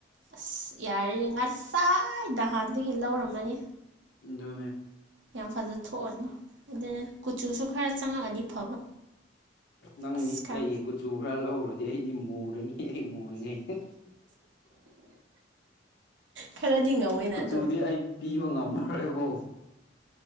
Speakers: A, on the right; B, on the left.
A: ꯑꯁ ꯌꯥꯔꯤ ꯉꯁꯥꯏꯗ ꯍꯥꯟꯗꯒꯤ ꯂꯧꯔꯝꯃꯅꯤ
B: ꯗꯣꯅꯦ
A: ꯌꯥꯝ ꯐꯖꯅ ꯊꯣꯛꯑꯅꯤ ꯑꯗꯨꯅ ꯀꯨꯆꯨꯁꯨ ꯈꯔ ꯆꯪꯉꯛꯑꯗꯤ ꯐꯕ
B: ꯅꯪꯒꯤ
A: ꯑꯁ ꯈꯔ
B: ꯑꯩꯒꯤ ꯀꯨꯆꯨ ꯈꯔ ꯂꯧꯔꯗꯤ ꯑꯩꯗꯤ ꯃꯨꯔꯅꯤ ꯑꯩ ꯃꯨꯔꯤꯉꯩ
A: ꯈꯔꯗꯤ ꯉꯧꯋꯤꯅ
B: ꯀꯨꯆꯨꯗꯤ
A: ꯑꯗꯣ
B: ꯑꯩ ꯄꯤꯕ ꯉꯝꯃꯔꯣꯏꯀꯣ